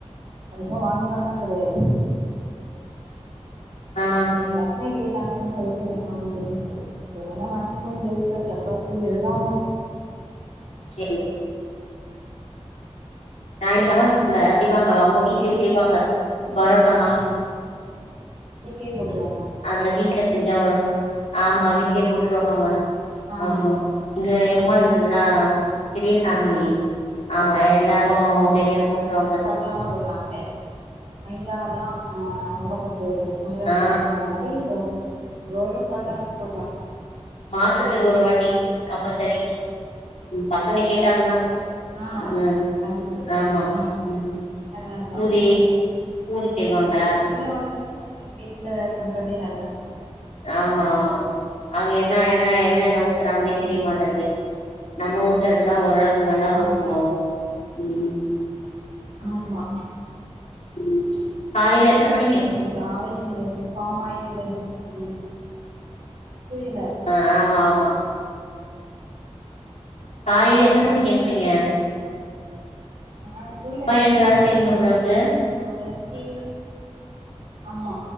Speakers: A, on the right; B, on the left.
A: அதிகமா வாங்கறது கெடையாது
B: ஆ
A: எங்குளுக் ஆச இத்தனயூ கேட்டாங்கனு சொல்லிட்டு இன்னக்கி வாங்கியாச்சு இல்லனா மேக்சிமம் தோசை, சப்பாத்தி இதுதான் ஓடும்.
B: சேரி நான் எங்க அம்மா வீட்ல செய்வாங்க அவங்க வீட்லயே செய்வாங்க பரோட்டால்லா
A: ஆ வீட்லயே போட்ரு
B: அதுல வீட்ல செஞ்சா வரும். ஆமா வீட்லயே போட்ருவாங்க
A: ஆ
B: ஆமா இங்க எங்கம்மா எல்லாம்
A: பரவால்ல
B: பெரிய ஃபேமிலி
A: ம்
B: ஆமா எல்லாரும் வெடியா போட்ருவாங்க
A: முட்டலா போடுறாங்களே மைதா தான் ஒடம்புக் <unintelligible> அப்படிங்கிற
B: ஆ
A: மாரி கோ கோதும போரட்டலா போடுவாங்க
B: மாசத்துக்கு ஒரு வாட்டி கம்பல்சரி
A: ஆமா.
B: பசங்க கேட்டாங்ன்னா
A: ஆ
B: உம்
A: அது சரி
B: ஆமா
A: ஆ
B: உம்
A: அதா அதா
B: பூரி பூரி செய்வாங்களா
A: நம்ம கடையில வாங்குறதுக்கு நம்ம வீட்ல பண்றதே நல்லது தானே
B: ஆமா ஆமா அவுங்க என்னா என்னா என்னென ஊத்துறாங்கன்னே தெரியமாட்டேங்து
A: ம்
B: நம்ம ஊத்துரதெல்லாம் ஓரளவுகு நல்லா
A: ஆமா
B: ஊத்துவோம் உம்
A: ஆமா
B: ம் காலையில எத்தன மணிக்
A: இந்த ஆயில் எகதாமால் இந்த மாதிரி புரியல
B: ஆ ஆமா காலையில எத்தன
A: ம்
B: மணிக்கு எந்ப்பீங்க
A: நா ஸ்கூல் டைமா ந்தா
B: எழுந்து
A: கொஞ்சம்
B: வேல
A: சீக்கிரம்
B: செய்வீங்க
A: எந்துச்சுகுவே
B: போலருக்கு
A: நாளைக்கு ஆமா